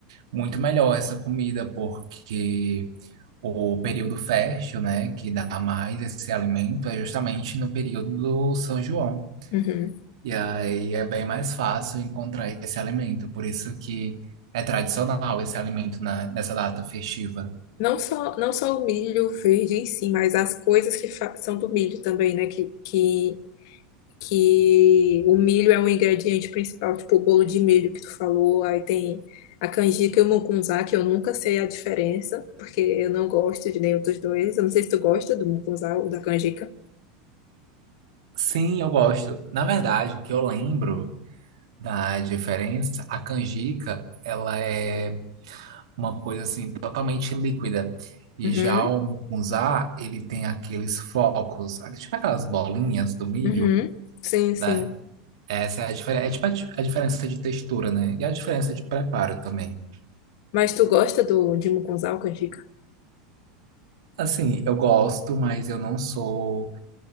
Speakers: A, on the right; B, on the left.
A: muito melhor essa comida, porque o período fértil, né, que dá mais esse alimento é justamente no período do São João.
B: Uhum.
A: E aí é bem mais fácil encontrar esse alimento, por isso que é tradicional esse alimento na- nessa data festiva.
B: Não só, não só o milho verde em si, mas as coisas que fa- são do milho também, né? Que, que, que o milho é um ingrediente principal, tipo o bolo de milho que tu falou, aí tem a canjica e o mucunzá, que eu nunca sei a diferença, porque eu não gosto de nenhum dos dois. Eu não sei se tu gosta do mucunzá ou da canjica.
A: Sim, eu gosto. Na verdade, que eu lembro da diferença, a canjica, ela é uma coisa assim totalmente líquida. E
B: Uhum,
A: já o mucunzá, ele tem aqueles focos, tipo aquelas bolinhas do milho,
B: uhum. Sim, sim.
A: né? Essa é a diferença, é tipo a, di- a diferença de textura, né? E a diferença de preparo também.
B: Mas tu gosta do, de mucunzá ou canjica?
A: Assim, eu gosto, mas eu não sou